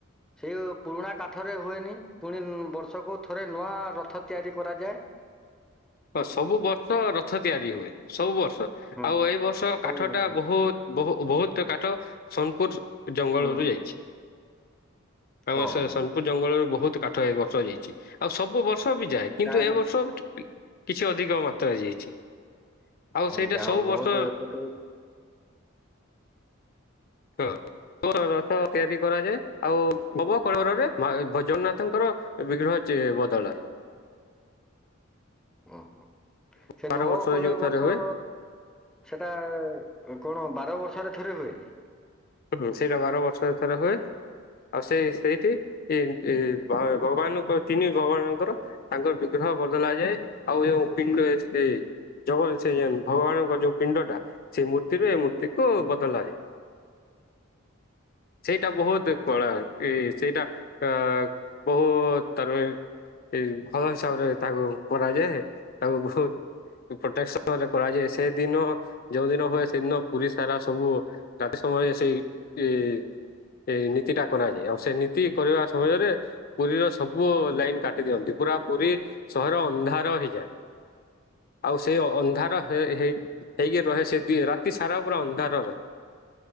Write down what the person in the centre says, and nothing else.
ସେଇ ପୁରୁଣା କାଠରେ ହୁଏନି ପୁଣି ଉମ ବର୍ଷକୁ ଥରେ ନୂଆ ରଥ ତିଆରି କରାଯାଏ।
ହୁଁ
ସବୁ
ବର୍ଷ
ହୁଁ
ଓହୋ
ତାହେଲେ
ହଁ
ଯାହା
ହଉ ବହୁତ
ଏପଟୁ
ହୁଁ ହୁଁ ସେ
ନବ
କଲେ
ବର୍ଷ
ସେଟା କଣ ବାର ବର୍ଷରେ ଥରେ ହୁଏ କି?
ହୁଁ